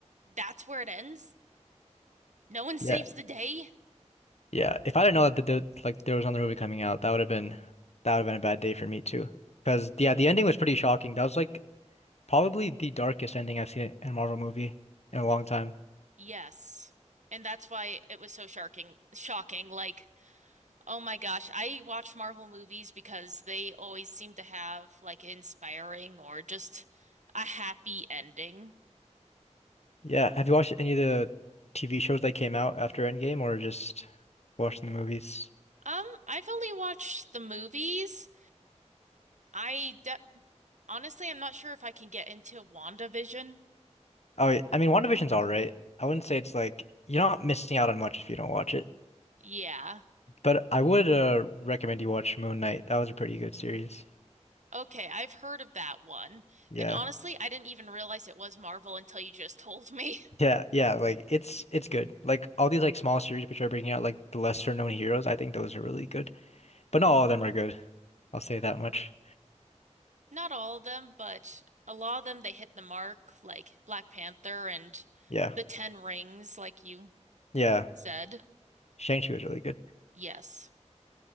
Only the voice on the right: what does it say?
that's where it ends? No one saves
the day?
Yes. And that's why it was so shocking, shocking. Like, oh my gosh, I watch Marvel movies because they always seem to have like inspiring or just a happy ending.
Um, I've only watched the movies. I de honestly, I'm not sure if I can get into WandaVision.
Yeah.
Okay, I've heard of that one.
And honestly, I didn't even realize it was Marvel until you just told me.
<laughs> hmm
Not all of them, but a lot of them they hit the mark, like Black Panther and
the Ten Rings, like you
said.
Yes.